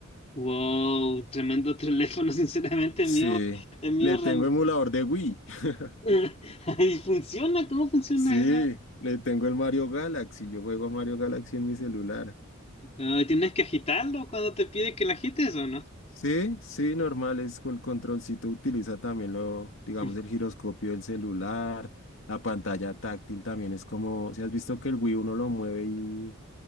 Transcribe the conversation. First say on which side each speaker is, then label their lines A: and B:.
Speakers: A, on the left; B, on the left.
A: wow, tremendo teléfono, <laughs> sinceramente, el
B: Sí,
A: mío, el mío.
B: le
A: ram-
B: tengo emulador de Wii. <laughs>
A: <laughs> ¿Y funciona? ¿Cómo funciona
B: Sí,
A: eso?
B: le tengo el Mario Galaxy. Yo juego a Mario Galaxy en mi celular.
A: Ah, ¿tienes que agitarlo cuando te pide que lo agites o no?
B: Sí, sí, normal, es el controlcito utiliza también lo, digamos,
A: <laughs>
B: el giroscopio del celular, la pantalla táctil también es como, si has visto que el Wii uno lo mueve y,